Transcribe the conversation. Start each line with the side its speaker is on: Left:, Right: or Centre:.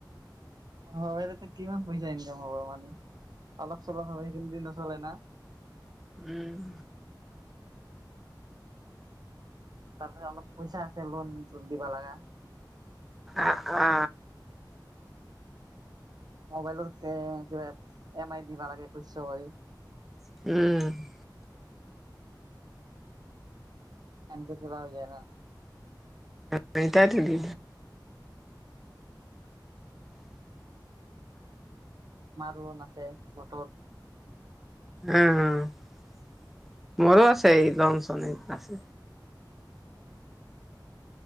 Right: হয় তাতে কিমান পইচা ইনকাম হ'ব মানে অলপ চলপ হ সেইখিনি দি নচলে না
Centre: উম
Right: তাৰপিছত অলপ পইচা আছে লোন দিব লগা
Centre: আ আ
Right: মোবাইলৰ কে কিবা এম আই দিব লাগে একৈশ কৰি
Centre: উম
Right: এনেকে কি কিবা হৈ যায় ন
Centre: ম তাই দি
Right: মাহতৰন লগত আছে বটল
Centre: উ উ মোৰো আছে এই লন চন আছে